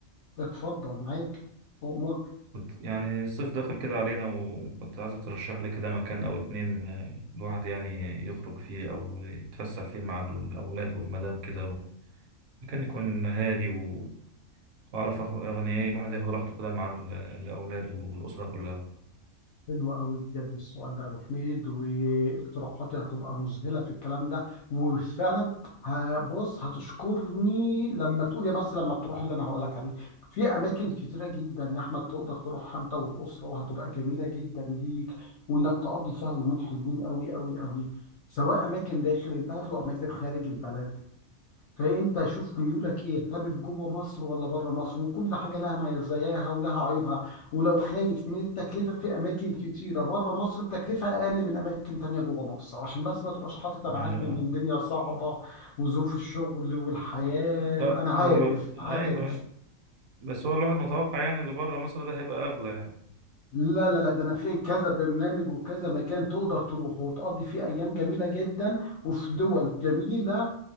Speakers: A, on the left; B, on the right.
A: اتفضل معاك امور
B: كنت يعني الصيف داخل كده علينا وكنت عايز ترشح لي كده مكان او اتنين آه، الواحد يعني يخرج فيه او يتفسح فيه مع الاولاد والمدام كده و- مكان يكون هادي و- واعرف أخ- يعني ايه الواحد ياخد راحته كده مع ال- الاولاد والاسره كلها
A: حلوة قوي بجد السؤال ده يا ابو حميد واقتراحاتي هتبقى مذهلة في الكلام ده وفعلا هبص هتشكرني لما تقول يا بس لما تروح اللي انا هقول لك عليه في اماكن كتيرة جدا يا احمد تقدر تروحها انت والاسرة وهتبقى جميلة جدا ليك وانك تقضي فيها يومين حلوين قوي قوي قوي سواء اماكن داخل البلد واماكن خارج البلد فانت شوف ميولك ايه حابب جوه مصر ولا بره مصر وكل حاجه لها مزاياها ولها عيوبها ولو خايف من التكلفه في اماكن كتيره بره مصر بتكلفه اقل من اماكن تانية جوه مصر عشان بس ما تبقاش حاطط انا
B: آه،
A: عارف ان الدنيا صعبه وظروف الشغل والحياه
B: لا
A: انا عارف
B: هو ايوه
A: عارف
B: بس هو الواحد متوقع يعني اللي بره مصر ده هيبقى اغلى يعني
A: لا لا لا ده انا في كذا برنامج وكذا مكان تقدر تروح وتقضي فيه ايام جميله جدا وفي دول جميله